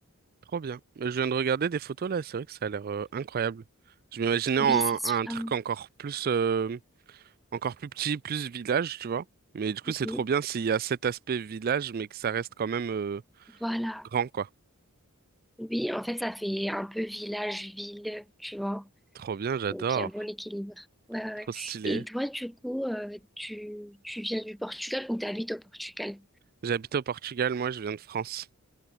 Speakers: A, on the right (about 40°); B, in the centre.
A: Trop bien. Je viens de regarder des photos là, c'est vrai que ça a l'air euh, incroyable. Je m'imaginais
B: Oui,
A: un,
B: c'est super.
A: un truc
B: bon.
A: encore plus, euh, encore plus petit, plus village, tu vois. Mais du coup,
B: Mhm.
A: c'est trop bien s'il y a cet aspect village, mais que ça reste quand même euh,
B: Voilà.
A: grand, quoi.
B: Oui, en fait, ça fait un peu village-ville, tu vois.
A: Trop bien, j'adore.
B: Donc, il y a un bon équilibre. Ouais, ouais. ouais.
A: Trop stylé.
B: Et toi, du coup, euh, tu, tu viens du Portugal ou t'habites au Portugal?
A: J'habite au Portugal, moi, je viens de France.